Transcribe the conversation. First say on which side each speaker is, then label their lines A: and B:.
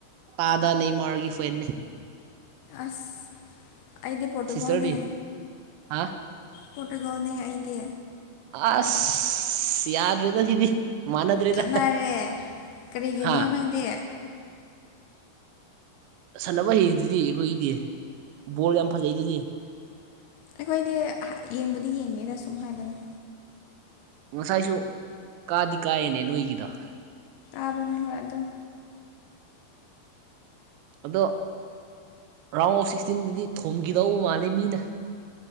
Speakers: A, on the right; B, on the left.
A: ꯇꯥꯗ ꯅꯦꯃꯥꯔꯒꯤ ꯐꯦꯟꯅꯦ
B: ꯑꯁ ꯑꯩꯗꯤ ꯄꯣꯔꯇꯨꯒꯜ
A: ꯁꯤꯁꯇꯔꯗꯤ
B: ꯅ‌ꯦ
A: ꯍꯥ
B: ꯄ‌ꯣꯔꯇꯨꯒꯜꯅꯦ ꯑꯩꯗꯤ
A: ꯑꯁ ꯌꯥꯗ꯭ꯔꯦꯗ ꯁꯤꯗꯤ ꯃꯥꯟꯅꯗ꯭ꯔꯦꯗ
B: ꯈꯦꯠꯅꯔꯦ ꯀꯔꯤꯒꯤꯅꯣ
A: ꯍꯥ
B: ꯅꯪꯗꯤ
A: ꯁꯥꯟꯅꯕ ꯍꯩꯗꯨꯗꯤ ꯑꯩꯈꯣꯏꯒꯤꯗꯤ ꯕꯣꯜ ꯌꯥꯝ ꯐꯖꯩꯗꯨꯗꯤ
B: ꯑꯩꯈꯣꯏꯗꯤ ꯌꯦꯡꯕꯨꯗꯤ ꯌꯦꯡꯗꯦꯗ ꯁꯨꯝ ꯍꯥꯏꯕꯅꯦ
A: ꯉꯁꯥꯏꯁꯨ ꯀꯥꯗꯤ ꯀꯥꯏꯌꯦꯅꯦ ꯅꯣꯏꯒꯤꯗ‌ꯣ
B: ꯀꯥꯕꯅ‌ꯦ ꯍ‌ꯣꯏ ꯑꯗꯨꯝ
A: ꯑꯗꯣ ꯔꯥꯎꯟ ꯑꯣꯐ ꯁꯤꯛꯁꯇꯤꯟꯗꯗꯤ ꯊꯣꯝꯈꯤꯗꯧꯕ ꯃꯥꯜꯂꯦ ꯃꯤꯅ